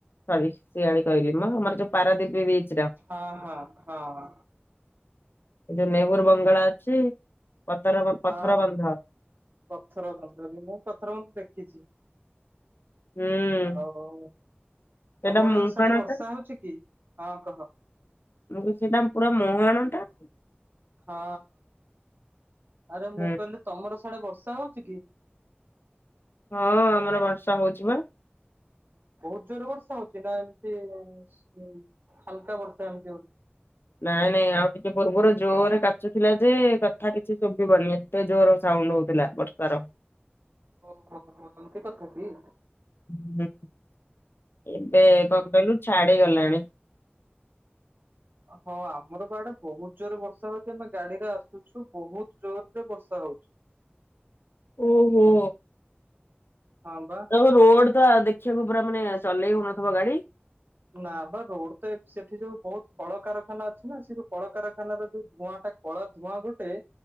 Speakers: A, on the left; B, on the right.
A: ସରି ସିଆଳି କହିଲି ମୁଁ ଆମର ଯୋଉ ପାରାଦୀପ ବିଚ
B: ହଁ ହଁ ହଁ।
A: ଏଇ ଯୋଉ ନେହୁର ବଙ୍ଗଳା ଅଛି ପଥର
B: ହଁ
A: ପଥର ବନ୍ଧ।
B: ପଥର ବନ୍ଧ ବି ମୁଁ ପଥର ବନ୍ଧ ଦେଖିଛି।
A: ହୁଁ।
B: ଆଉ
A: ସେଇଟା
B: ତମର
A: ମୁହାଣ
B: ସିଆଡେ ବର୍ଷା
A: ଟା
B: ହଉଛି କି? ହଁ କହ।
A: ଆ ସେଇଟା ପୁରା ମୁଁହାଣ ଟା
B: ହଁ ଆରେ
A: ହୁଁ
B: ମୁଁ କହିଲି ତମର ସାଡେ ବର୍ଷା ହଉଛି କି?
A: ହଁ ଆମର ବର୍ଷା ହଉଛି ବା।
B: ବହୁତ ଜୋରେ ବର୍ଷା ହଉଛି, ନା ଏମିତି ହାଲକା ବର୍ଷା ଏମତି ହଉଛି।
A: ନାଇଁ ନାଇଁ ଆଉ ଟିକେ ପୂର୍ବରୁ ଜୋରରେ କାଚୁଥିଲା ଯେ କଥା କିଛି ଶୁଭିବନି। ତେ ଜୋର ସାଉଣ୍ଡ ହଉଥିଲା ବର୍ଷାର।
B: ଓ ହୋ ହୋ ଆମତି କଥା କି?
A: ହୁଁ ହୁଁ, ଏବେ କଣ କହିଲୁ ଛାଡି ଗଲାଣି।
B: ହଁ ଆମର ବା ଆଡେ ବହୁତ ଜୋରରେ ବର୍ଷା ହଉଛି, ଆମେ ଗାଡିରେ ଆସୁଛୁ ବହୁତ ଜୋରରେ ବର୍ଷା ହଉଛି।
A: ଓ ହୋ।
B: ହଁ ବା।
A: ତା ରୋଡ ତ ଦେଖିବାକୁ ପୁରା ମାନେ ଚଲେଇ ହଉନଥିବ ଗାଡି?
B: ନା ବା ରୋଡ ତ ସେଠି ଯୋଉ ବହୁତ କଳକାରଖାନା ଅଛି ନା ସେ ଯୋଉ କଳକାରଖାନାର ଯୋଉ ଧୂଆଁ ଟା କଳା ଧୂଆଁ ଗୋଟେ,